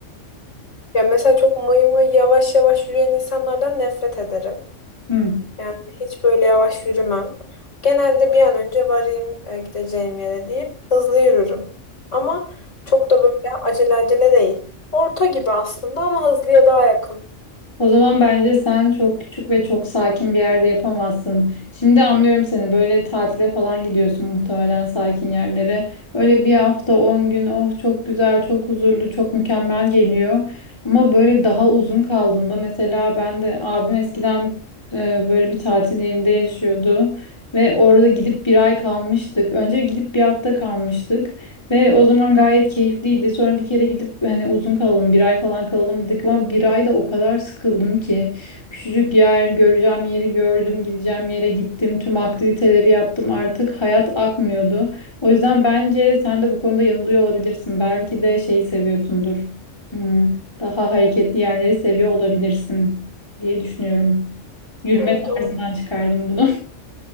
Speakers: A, on the left; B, on the left.
A: Ya mesela çok mıy mıy yavaş yavaş yürüyen insanlardan nefret ederim.
B: Hmm.
A: Yani hiç böyle yavaş yürümem. Genelde bir an önce varayım e, gideceğim yere deyip hızlı yürürüm. Ama çok da böyle acele acele değil. Orta gibi aslında ama hızlıya daha yakın.
B: O zaman bence sen çok küçük ve çok sakin bir yerde yapamazsın. Şimdi anlıyorum seni. Böyle tatile falan gidiyorsun muhtemelen sakin yerlere. Böyle bir hafta, 10 gün, oh çok güzel, çok huzurlu, çok mükemmel geliyor. Ama böyle daha uzun kaldığında mesela ben de abim eskiden e, böyle bir tatil yerinde yaşıyordu ve orada gidip bir ay kalmıştık. Önce gidip bir hafta kalmıştık. Ve o zaman gayet keyifliydi. Sonra bir kere gidip hani uzun kalalım, bir ay falan kalalım dedik ama bir ay da o kadar sıkıldım ki. Küçücük yer, göreceğim yeri gördüm, gideceğim yere gittim, tüm aktiviteleri yaptım. Artık hayat akmıyordu. O yüzden bence sen de bu konuda yanılıyor olabilirsin. Belki de şeyi seviyorsundur. Hmm, daha hareketli yerleri seviyor olabilirsin diye düşünüyorum. Yürüme
A: Evet,
B: tarzından
A: o
B: çıkardım bunu.